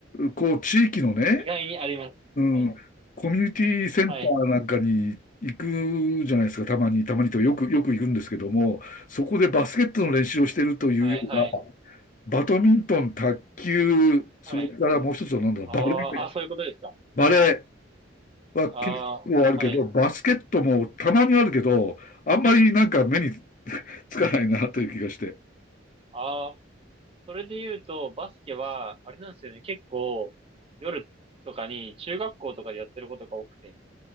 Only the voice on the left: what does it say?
こう、地域のね、
うん、
コミュニティセンターなんかに行くじゃないですか、
たまに、たまにとよく、よく行くんですけども、そこでバスケットの練習をしてるというよりは、
バドミントン、卓球、それからもう一つは何だろう、
バレー、
バレーは結構あるけど、
バスケットもたまにあるけど、あんまりなんか目につかないなという気がして。